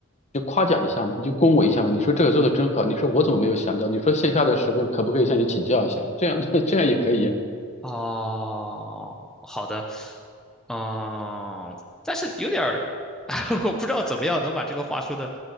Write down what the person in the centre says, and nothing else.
哦，好的，嗯，但是有点儿，<laughs> 我不知道怎么样能把这个话说的